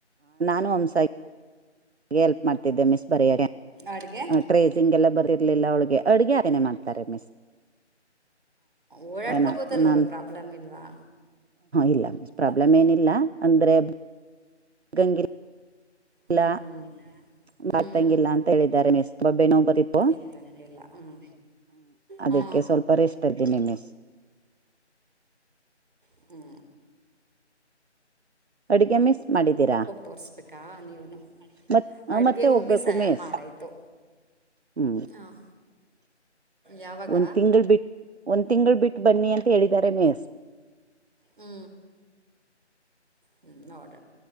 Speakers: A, on the right; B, on the right.
A: ನ ಒಮ್ಸಾ ಹೆಲ್ಪ್ ಮಾಡ್ತಿದ್ದೆ ಮಿಸ್ ಬರಿಯ
B: ಅಡುಗೆ
A: ಟ್ರೇಸಿಂಗ್ ಎಲ್ಲ ಬರ ಇಲಿಲ್ಲಳಿಗೆ ಅಡುಗೆ ಮಾಡ ಮ
B: ಓಡಾಡ್ಕೋಬೋದಲ್ವ
A: ನ
B: ಪ್ರಾಬ್ಲಮ್ ಇಲ್ವಾ
A: ಇಲ್ಲ ಮಿಸ ಪ್ರಾಬ್ಲಮ್
B: ಹ್ಞೂ
A: ಏನಿಲ್ಲ ಅಂದ್ರೆ ಅತಂಗಿಲ್ಲತಂಗಿಲ್ಲ
B: ಹ್ಞೂ ಹ್ಮ್
A: ಅಂತ ಹೇಳಿದ್ದಾರೆ ಮಿಸ್ ಬಬೆನೊ ಬರಿತ ಪೊ
B: ಎತ್ತಂಗಿಲ್ಲ ಹ್ಮ್
A: ಅದಕ್ಕೆ
B: ಹಾ
A: ಸ್ವಲ್ಪ ರೆಷ್ಟ ಇದ್ದೀನಿ ಮಿಸ್
B: ಹಹೂ
A: ಅಡ್ಗೆ ಮೀಸ್ ಮಾಡಿದೀರಾ
B: ತೋರಿಸ್ಬೇಕಾ ನೀವುನು
A: ಮ
B: ಅಡುಗೆ
A: ಮತ್ತೆ ಹೋಗ್ಬೇಕು
B: ಒಮ್ಮಿ ಸ
A: ಮಿಸ್
B: ಮಾಡಾಯಿತು
A: ಹೂ
B: ಹಾಂ ಯಾವಾಗ
A: ಒಂದ್ ತಿಂಗಳು ಬಿಟ್ಟ ಒಂದ್ ತಿಂಗಳು ಬಿಟ್ಟ ಬನ್ನಿ ಅಂತ ಹೇಳಿದ್ದಾರೆ ಮೇಸ್
B: ಹೂ ಹೂ ನೋಡಿ